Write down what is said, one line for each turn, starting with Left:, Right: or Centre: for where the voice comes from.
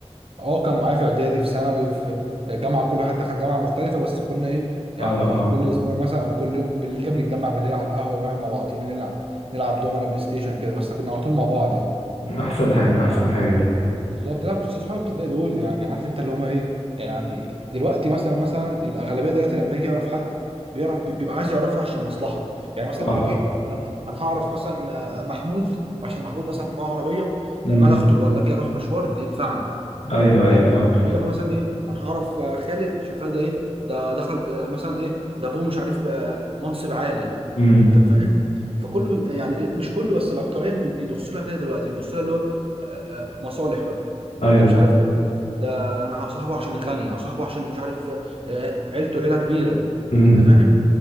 Right: اه كان معايا في اعدادي في ثانوي في جامعة كل واحد دخل جامعة مختلفة بس كنا ايه يعني
Left: اه اه
Right: كل اسبوع مثلا او كل يوم بالليل كان نتجمع بالليل على القهوة ونقعد مع بعضينا نلعب نلعب دومنا بلاي ستيشن كده بس كنا على طول مع بعض يعني
Left: احسن حاجة احسن حاجة دي
Right: بالظبط لا بص اصحاب الابتدائي دول يعني عارف انت اللي هما ايه يعني دلوقتي مثلا مثلا الاغلبيه دلوقتي لما يجي يعرف حد بيعرف بي- بيبقى عايز يعرفه عشان مصلحه يعني مثلا
Left: اه
Right: يقول لك ايه انا انا هعرف مثلا آه، محمود عشان محمود مثلا معاه عربيه
Left: امم
Right: لما اجي اخطب ولا اجي اروح مشوار هينفعني
Left: ايوه ايوه
Right: فاهم
Left: فاهم
Right: يقول لك مثلا ايه انا هعرف آه، خالد عشان خالد ده ايه ده دخل آه، مثلا ايه ده ابوه مش عارف آه، منصب عالي
Left: امم
Right: انت فاهم فكله بي يعني مش كله بس الاكتريه بي- بيبص لها كده دلوقتي بيبص لها اللي هو آه، آه، مصالح بقى
Left: ايوه
Right: آه، ده مش عارف ده, ده انا هصاحبه عشان غني هصاحبه عشان مش عارف آه، آه، عيلته عيله كبيره
Left: امم
Right: انت فاهم